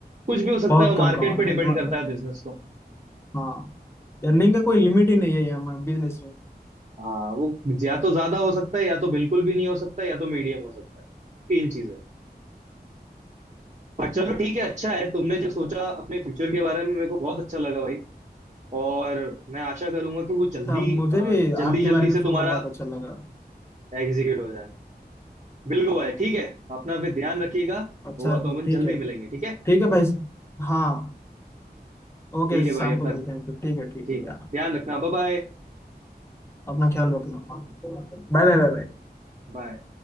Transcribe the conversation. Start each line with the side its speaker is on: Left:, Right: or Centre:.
Right: कुछ भी हो सकता
Left: बहुत
Right: है
Left: कम
Right: मार्केट
Left: कमा
Right: पे
Left: लोगे
Right: डिपेंड
Left: म-
Right: करता है बिजनेस तो
Left: हाँ अर्निंग का कोई लिमिट ही नहीं है यहाँ बिजनेस में
Right: हाँ वो या तो ज्यादा हो सकता है या तो बिल्कुल भी नहीं हो सकता है, या तो मीडियम हो सकता है तीन चीजें पर चलो ठीक है अच्छा है तुमने जो सोचा अपने फ्यूचर के बारे में मेरे को बहुत अच्छा लगा भाई और मैं आशा करूंगा कि वो जल्दी
Left: अच्छा मुझे भी
Right: जल्दी
Left: आपके
Right: जल्दी
Left: बारे में
Right: से
Left: सुनकर
Right: तुम्हारा
Left: बहुत अच्छा लगा
Right: एग्जीक्यूट हो जाए बिल्कुल भाई ठीक है अपना फिर ध्यान रखिएगा
Left: अच्छा
Right: हुआ
Left: फिर
Right: तो अपन
Left: ठीक
Right: जल्दी
Left: है
Right: मिलेंगे ठीक है
Left: ठीक है भाई हाँ ओके
Right: ठीक
Left: शाम
Right: है भाई अपना
Left: को मिलते हैं फिर ठीक है
Right: ठीक
Left: ठीक है
Right: है
Left: यार
Right: ध्यान रखना बाय
Left: अपना ख्याल रखना बाय बाय बाय बाय
Right: बाय